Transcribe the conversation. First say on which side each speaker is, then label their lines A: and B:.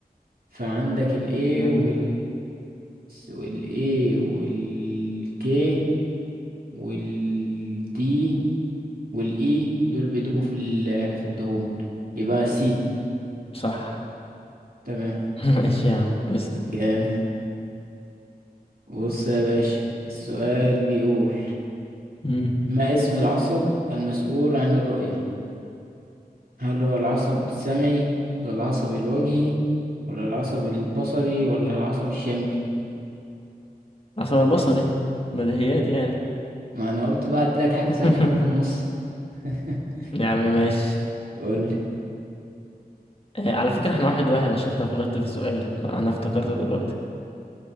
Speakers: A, on the right; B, on the left.
A: فعندك ال A
B: مم.
A: وال وال A وال K وال D وال E دول بيدوبوا في ال- في الدهون يبقى C
B: صح
A: تمام
B: <laughs> ماشي يا عم اسال
A: جامد بص يا باشا السؤال بيقول
B: مم.
A: ما اسم العصب المسؤول عن الرؤية هل هو العصب السمعي ولا العصب الوجهي ولا العصب البصري ولا العصب الشمي
B: عصب البصري بديهيات يعني
A: ما انا قلت بقى اديلك حاجة
B: <laughs>
A: سهلة كده في النص <laughs>
B: يا عم ماشي
A: قول
B: آه على فكرة احنا واحد واحد عشان انت غلطت في سؤال انا افتكرت دلوقتي